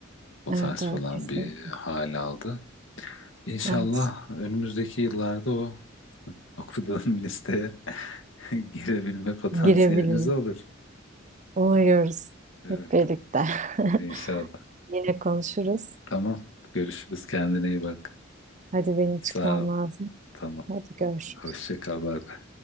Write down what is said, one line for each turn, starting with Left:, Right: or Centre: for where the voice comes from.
Left: O
Right: Evet
Left: tarz
Right: evet
Left: falan
Right: kesin.
Left: bir hal aldı. İnşallah
Right: Evet.
Left: önümüzdeki yıllarda o <laughs> okuduğun listeye <laughs> girebilme potansiyelimiz
Right: Girebiliriz.
Left: olur.
Right: Uğurluyoruz
Left: Evet,
Right: hep birlikte. <laughs>
Left: inşallah.
Right: Yine konuşuruz.
Left: Tamam. Görüşürüz. Kendine iyi bak.
Right: Hadi benim
Left: Sağ
Right: çıkmam
Left: ol.
Right: lazım.
Left: Tamam.
Right: Hadi görüşürüz.
Left: Hoşça kal. Bay bay.